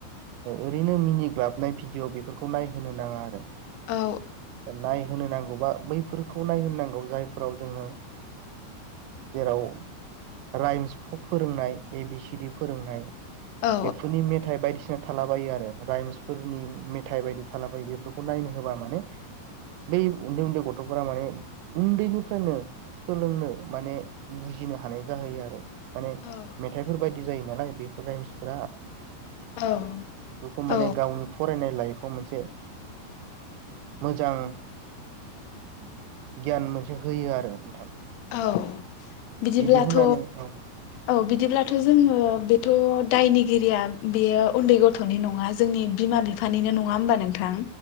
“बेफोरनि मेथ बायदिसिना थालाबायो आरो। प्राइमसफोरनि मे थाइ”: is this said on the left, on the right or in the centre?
Right